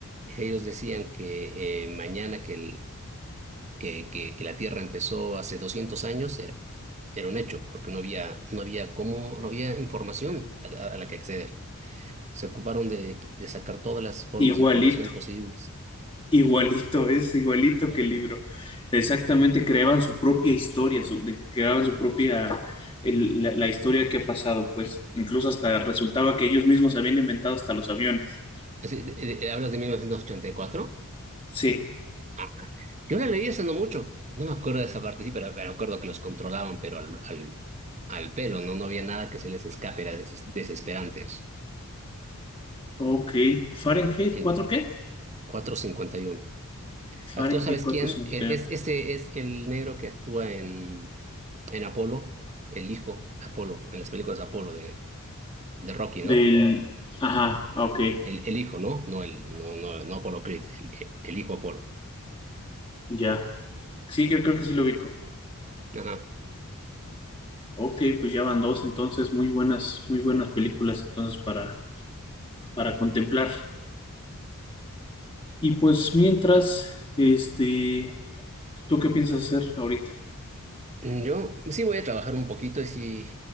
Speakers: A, on the right (about 30°); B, on the left (about 25°).
A: ellos decían que eh, mañana que, el- que, que, que la Tierra empezó hace 200 años era, era un hecho, porque no había, no había cómo, no había información a, a- a la que acceder. Se ocuparon de, de sacar todas las formas
B: Igualito
A: de información posibles.
B: Igualito, <laughs> es igualito que el libro. Exactamente, creaban su propia historia, su- de- creaban su propia, el- la, la historia que ha pasado, pues incluso hasta resultaba que ellos mismos habían inventado hasta los aviones.
A: Es- eh, eh, ¿Hablas de 1984?
B: Sí,
A: Ah, yo la leí hace no mucho. No me acuerdo de esa parte, sí, pero, pero me acuerdo que los controlaban, pero al, al, al pelo, ¿no? No había nada que se les escape, eran deses- desesperantes.
B: ok. Fahrenheit
A: Y
B: 4 ¿qué?
A: 451.
B: Fahrenheit
A: Actúa, ¿sabes
B: cuatrocientos
A: quién? Eh,
B: cincuenta y
A: Es, este
B: uno
A: es el negro que actúa en, en Apolo, el hijo Apolo, en las películas de Apolo de, de Rocky,
B: Del...
A: ¿no?
B: Ajá, ok,
A: El, el hijo, ¿no? No, el, no, no, no Apolo Creed, el, el hijo Apolo.
B: ya. Sí, creo, creo que sí lo ubico.
A: Ajá.
B: Ok, pues ya van dos, entonces muy buenas, muy buenas películas entonces para, para contemplar. Y pues mientras, este... ¿Tú qué piensas hacer ahorita?
A: Mm, Yo sí voy a trabajar un poquito y sí,